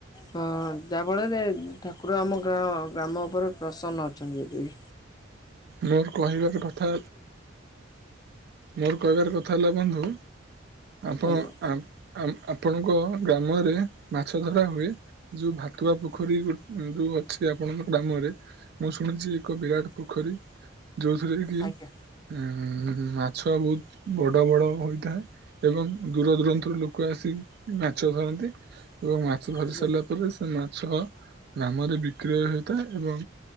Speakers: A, on the left; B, on the right.
A: ହଁ ଯାଆ ବଳରେ ଠାକୁର ଆମ ଗାଁ ଗ୍ରାମ ଉପରେ ପ୍ରସନ୍ନ ଅଛନ୍ତି ଯଦେକି।
B: ମୋର କହିବାତ କଥା। ମୋର କହିବାର କଥା ହେଲା ବନ୍ଧୁ ଆପଣ
A: ଆଜ୍ଞା
B: ଆ ଆମ୍ ଆପଣଙ୍କ ଗ୍ରାମରେ ମାଛ ଧରା ହୁଏ? ଯୋଉ ଭାତୁଆ ପୋଖରୀ ଗୋ ଯୋଉ ଅଛି ଆପଣଙ୍କ ଗ୍ରାମରେ। ମୁଁ ଶୁଣିଛି ଏକ ବିରାଟ ପୋଖରୀ। ଯୋଉଥିରେ କି
A: ଆଜ୍ଞା
B: ଏଁ ମାଛ ବୋହୁତ ବଡ଼ ବଡ଼ ହୋଇଥାଏ। ଏବଂ ଦୂର ଦୂରାନ୍ତରୁ ଲୋକ ଆସି ମାଛ ଧରନ୍ତି। ଏବଂ ମାଛ ଧରି
A: ଆଜ୍ଞା
B: ସାରିଲା ପରେ ସେମାନ୍ ସହ ଗ୍ରାମରେ ବିକ୍ରୟ ହୋଇଥାଏ ଏବଂ